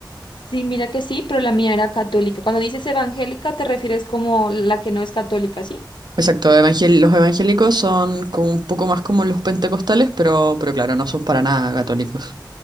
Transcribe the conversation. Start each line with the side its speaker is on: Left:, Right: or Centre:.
Left: Sí, mira que sí, pero la mía era católica. Cuando dices evangélica, te refieres como la que no es católica, ¿sí?
Right: Exacto, evangel- los evangélicos son como un poco más como los pentecostales, pero, pero claro, no son para nada católicos.